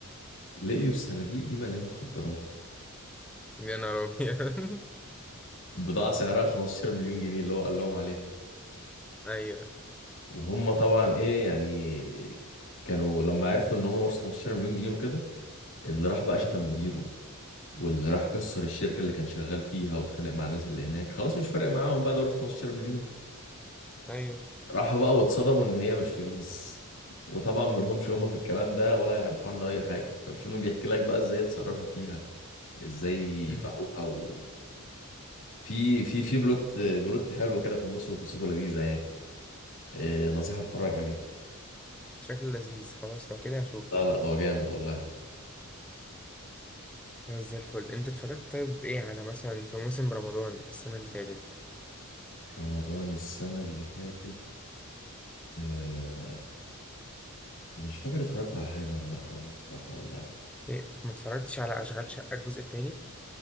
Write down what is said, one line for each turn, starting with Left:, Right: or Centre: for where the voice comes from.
Left: لقيوا الصناديق دي مليانة مخدرات
Centre: يا نهار أبيض
Left: بضاعة سعرها 15 مليون جنيه اللي هو قال لهم عليها
Centre: <laughs> أيوة
Left: وهم طبعا إيه يعني كانوا لما عرفوا إن هم ورثوا 15 مليون جنيه وكده اللي راح بقى شتم مديره واللي راح كسر الشركة اللي كان شغال فيها واتخانق مع الناس اللي هناك خلاص مش فارق معاهم بقى دورة 15 مليون
Centre: أيوه
Left: راحوا بقى واتصدموا ان هي مش فلوس وطبعا ملهمش هم في الكلام ده ولا يعرفوا عنه اي حاجة فالفيلم بيحكي لك بقى ازاي اتصرفوا فيها ازاي
Centre: مم.
Left: باعوها و... في في في بلوت بلوت حلوة كده في النص وقصته لذيذة يعني إيه نصيحة اتفرج عليه
Centre: شكله لذيذ خلاص لو كده هشوفه
Left: لا لا هو جامد والله
Centre: خلاص زي الفل أنت اتفرجت طيب إيه على مثلا في موسم رمضان السنة اللي فاتت؟
Left: رمضان السنة اللي فاتت آه، مش فاكر اتفرجت على حاجة ولا لا رمضان اللي فات والله
Centre: إيه ما اتفرجتش على أشغال شقة الجزء التاني؟